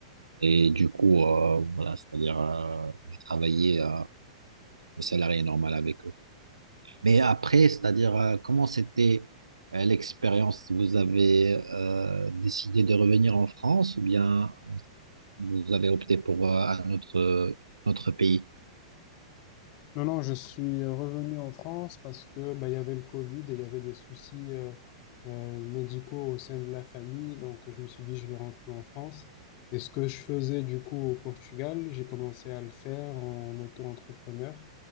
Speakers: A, on the right (about 85°); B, on the left (about 45°).
A: et du coup euh, voilà, c'est-à-dire euh, je travaillais euh, le salarié normal avec eux. Mais après, c'est-à-dire euh, comment c'était euh, l'expérience? Vous avez euh, décidé de revenir en France ou bien vous avez opté pour euh, un autre notre pays?
B: Non, non, je suis euh, revenu en France parce que bah, il y avait le Covid et il y avait des soucis euh, euh, médicaux au sein de la famille. Donc, je me suis dit, je vais rentrer en France. Et ce que je faisais du coup au Portugal, j'ai commencé à le faire en auto-entrepreneur.